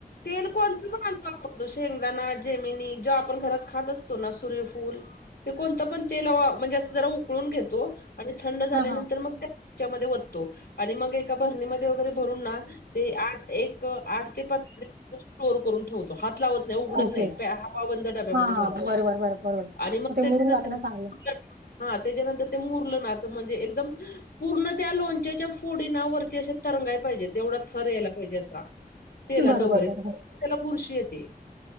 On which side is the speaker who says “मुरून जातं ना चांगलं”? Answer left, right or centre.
Right